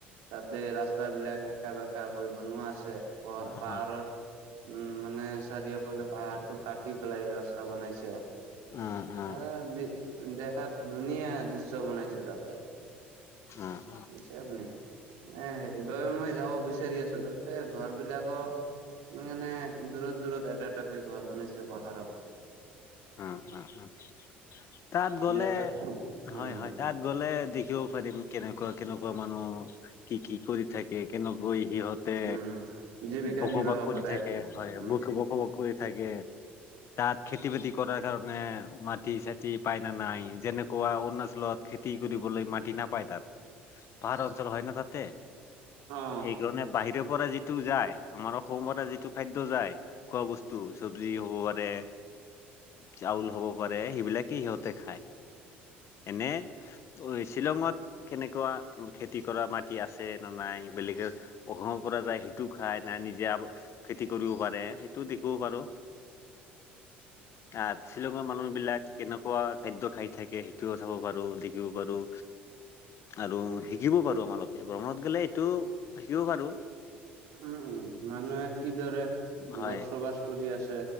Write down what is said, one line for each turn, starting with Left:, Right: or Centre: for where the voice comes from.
Right: তাতে ৰাস্তা বিলাক একা বেঁকা কে কৈ বনোৱা আছে, প
Left: অ
Right: পাহাৰত
Left: হয়
Right: উম মানে চাৰিওফালে পাহাৰটো কাটি পেলাই ৰাস্তা বনাইছে।
Left: অঁ অঁ
Right: অ দেখাত ধুনীয়া দৃশ্য বনাইছে তাতে।
Left: অঁ
Right: গৈছে আপুনি, এ এইবাবে মই যাব বিচাৰি আছো যাতে ঘৰ বিলাকৰ উম এনে দূৰত দূৰত এটা এটাকৈ ঘৰ বনাইছে পাহাৰত।
Left: অঁ অঁ অঁ, তাত গ'লে
Right: দেখা উম
Left: হয় হয় তাত। গ'লে দেখিবও পাৰিম কেনেকুৱা কেনেকুৱা মানুহ। কি কি কৰি থাকে, কেনেকৈ সিহঁত তে
Right: উম জীৱিকা
Left: বসবাস
Right: নিৰ্বাহ
Left: কৰি
Right: কৰে
Left: থাকে হয়,
Right: উম
Left: বসবাস বসবাস কৰি থাকে। তাত খেতি বাতি কৰাৰ কাৰণে মাটি চাই টি পায় না নাই যেনেকুৱা অৰুণাচলত খেতি কৰিবলৈ মাটি নাপায় তাত। পাহাৰ অঞ্চল হয় ন তাতে,
Right: অ
Left: সেইকাৰণে বাহিৰত পৰা যিটো যায়, আমাৰ অসমৰ পৰা যিটো খাদ্য যায়। খোৱা বস্তু চব্জি হ'ব পাৰে। চাউল হ'ব পাৰে, সেইবিলাকেই সিহঁতে খায়। এনে শ্বিলঙত কেনেকুৱা খেতি কৰা মাটি আছে নে নাই বেলেগেত অসমৰ পৰা যাই সেইটো খাই নাই নিজে খেতি কৰিব পাৰে সেইটো দেখব পাৰো। আ শ্বিলঙৰ মানুহ বিলাক কেনেকুৱা খাদ্য খাই থাকে সেইটোৱো চাব পাৰোঁ, দেখিব পাৰোঁ। আৰু শিকিবও পাৰোঁ আমালোকে ভ্ৰমণত গ'লে এইটোৱো শিকিব পাৰোঁ।
Right: উম মানুহে কিদৰে
Left: হয়
Right: বচবাচ কৰি আছে